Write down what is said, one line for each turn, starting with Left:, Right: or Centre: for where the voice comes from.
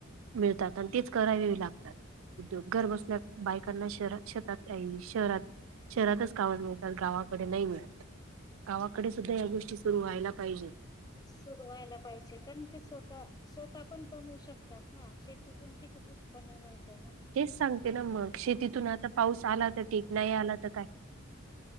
Right: मिळतात. आणि तेच करावे लागतात. उद्योग घर बसल्याअ बायकांना शहर शेतातकाई नाही शहरातं. शहरातचं कामं मिळतात. गावाकडे नाही मिळत. गावाकडे सुद्धां हंया गोष्टी सुरू व्हायला पाहिजेत.
Left: सुरू व्हायला पाहिजे. कारण ते स्वतः- स्वतः पण कमवू शक. तेचं नां शेतीतून किती? उत्पन्न मिळत.
Right: तेचं सांगते नां मग शेतीतून आता पाऊस आला. तर ठीक नाही. आला तर काय मग काय.